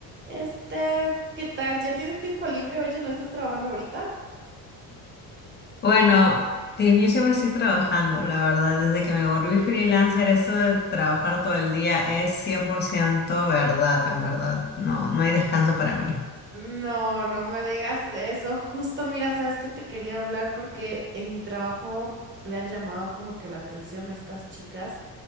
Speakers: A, on the right; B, on the left.
A: Este, ¿qué tal? ¿Ya tienes tiempo libre? Oye, ¿no estás trabajando ahorita?
B: Bueno, te- yo siempre estoy trabajando, la verdad. Desde que me volví freelancer, eso de trabajar todo el día es 100% verdad, en verdad. No, no hay descanso para mí.
A: No, no me digas eso. Justo, mira, sabes que te quería hablar porque en mi trabajo le han llamado como que la atención a estas chicas.